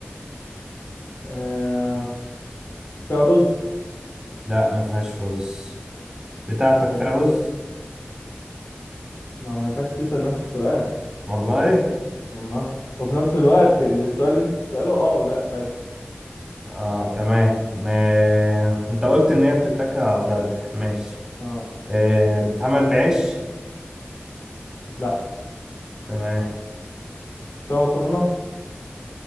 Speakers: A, on the left (about 65°); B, on the right (about 15°).
A: آه، فيها رز
B: لا ما فيهاش رز بتاعتك
A: ماشي
B: فيها رز
A: ما ما ينفعش تسال نفس السؤال
B: والله
A: والله وفي نفس الوقت السؤال اللي انت تساله اه ولا بس
B: اه تمام ما... انت قلت ان هي بتتاكل على الغدا ماشي
A: اه
B: آه. بتتعمل بعيش
A: لا
B: تمام
A: فيها مكرونة